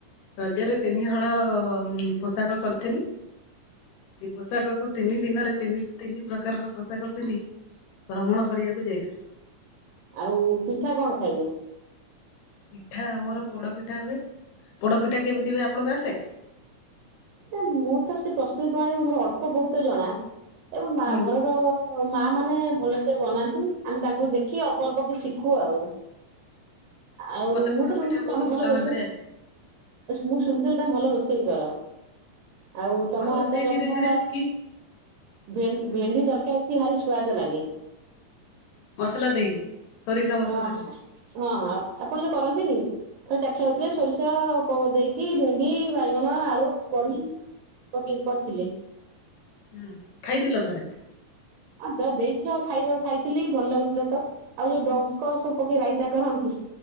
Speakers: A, on the left; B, on the right.
A: ରଜରେ ତିନିହଳ ପୋଷାକ କରିଥିଲି। ସେଇ ପୋଷାକକୁ ତିନି ଦିନରେ ତିନି ତିନି ପ୍ରକାରର ପୋ ଷାକ ପିନ୍ଧି ଭ୍ରମଣ କରିବାକୁ ଯାଇଥିଲି।
B: ଆଉ ପିଠା କଣ ଖାଇଲେ?
A: ପିଠା ମୋର ପୋଡପିଠା ହୁଏ। ପୋଡପିଠା କେମିତି ହୁଏ ଆପଣଙ୍କୁ ଆସେ?
B: ନା ମୁଁ ତ ସେ ପ୍ରସ୍ତୁତି ପ୍ରଣାଳୀ ମୋର ଅଳ୍ପ ବହୁତ ଜଣା। ଏବଂ ମା
A: ହୁଁ
B: ଘରର ଅ ମାଆ ମାନେ ଭଲସେ ବନାନ୍ତି। ଆମେ ତାଙ୍କୁ ଦେଖି ଅଳ୍ପ ଅଳ୍ପ କିଛି ଶିଖୁ ଆଉ। ଆଉ
A: ମତେ
B: ମୁଁ
A: ପୋଡ
B: ତ ଶୁଣିଥିଲି
A: ପିଠା ବହୁତ
B: ତମେ ଭଲ ରୋଷେଇ,
A: ଭାବରେ ଆସେ।
B: ମୁଁ ଶୁଣିଥିଲି ତମେ ଭଲ ରୋଷେଇ ଇ କର। ଆଉ ତମ
A: ହଁ ରୋଷେଇ
B: ହାତ ରନ୍ଧା
A: ଧୀରେ ଧୀରେ ଶିଖି
B: ଭେ
A: ହୁଁ
B: ଭେଣ୍ଡି ତରକାରି ଭାରି ସ୍ଵାଦ ଲାଗେ।
A: ମସଲା ଦେଇକି ସୋରିଷ ମସଲା।
B: ହଁ ହଁ ହଁ
A: ଦେଇକି
B: ଆପଣ ଯୋଉ କରନ୍ତିନି। ଥରେ ଚାଖି ଆଉଥିଲେ ସୋରିଷ ପ ଦେଇକି ଭେଣ୍ଡି, ବାଇ ଗଣ, ଆଳୁ, ବଡି ପକେଇକି କରିଥିଲେ।
A: ହୁଁ ଖାଇଥିଲ ଥରେ?
B: ହଁ ଦ ଦେଇଥିଲ ଖାଇ ଖାଇଥିଲି ଭଲ ଲାଗୁଥିଲା ତ। ଆଉ ଯୋଉ ଡଙ୍କ ସବୁ ପକେଇ ରାଇତା କରନ୍ତି।